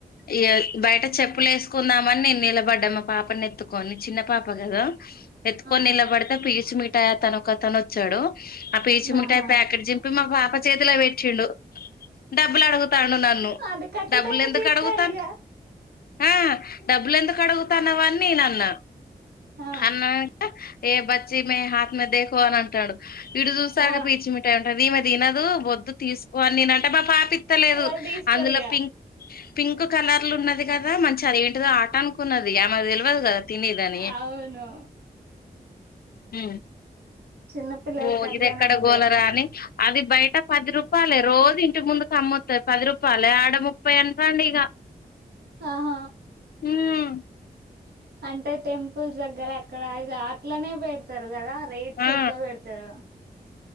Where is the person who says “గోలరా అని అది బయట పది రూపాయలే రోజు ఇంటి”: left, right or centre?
Left